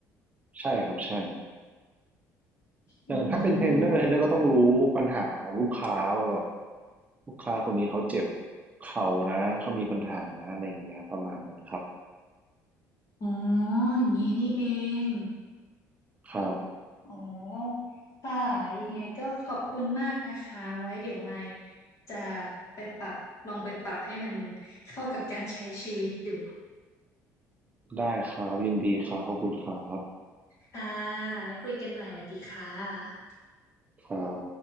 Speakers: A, on the right; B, on the left.
A: ใช่ครับใช่อย่างถ้าเป็นเทรนเนอร์เทรนเนอร์ก็ต้องรู้ปัญหาของลูกค้าว่าแบบ
B: อืม
A: ลูกค้าคนนี้เขาเจ็บเข่านะเขามีปัญหานะอะไรเงี้ยประมาณนั้นครับ
B: อ๋ออย่างนี้นี่เอง
A: ครับ
B: อ๋อ ค่ะ ยังไงก็ขอบคุณมากนะคะ ไว้เดี๋ยวไม่จะไปปรับ ลองไปปรับให้มันเข้ากับการใช้ชีวิตดู
A: ได้ครับยินดีครับขอบคุณครับ
B: ค่ะไว้คุยกันใหม่สวัสดีค่ะ
A: ครับ